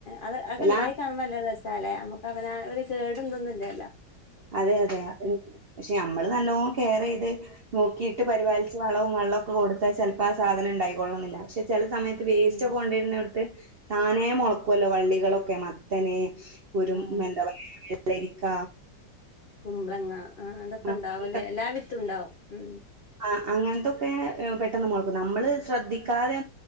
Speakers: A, on the left (about 80°); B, on the right (about 80°).
A: അത് അതെക്കെ
B: എല്ലാം
A: ഉണ്ടായി കാണുമ്പം അല്ലേ ര ല്ലേ നമുക്ക് അവന ഒരു കേട് ഒന്നുമില്ലല്ലോ.
B: അതെ അതെ പക്ഷെ നമ്മള് നല്ലോണം കെയർ ചെയ്ത് നോക്കിയിട്ട് പരിപാലിച്ച് വളവും വെള്ളമൊക്കെ കൊടുത്താൽ ചിലപ്പോ ആ സാധനം ഉണ്ടായി കൊള്ളുന്നില്ല പക്ഷെ ചില സമയത്ത് വെയ്സ്റ്റ്
A: ഉം
B: ഒക്കെ കൊണ്ടിരുന്നടുത്ത താനേ മുളക്കല്ലോ വള്ളികളൊക്കെ മത്തനെ കുരു
A: ആ
B: എന്താ പറയാ വെള്ളരിക്ക
A: കുമ്പളങ്ങ ആ അതൊക്കെ
B: എന്താ
A: ഉണ്ടാവുംല്ലേ എല്ലാ വിത്തും ഉണ്ടാവും ഉ
B: ആ അങ്ങനത്തൊക്കെ പെട്ടെന്ന് മുളക്കും നമ്മള് ശ്രദ്ധിക്കാതെ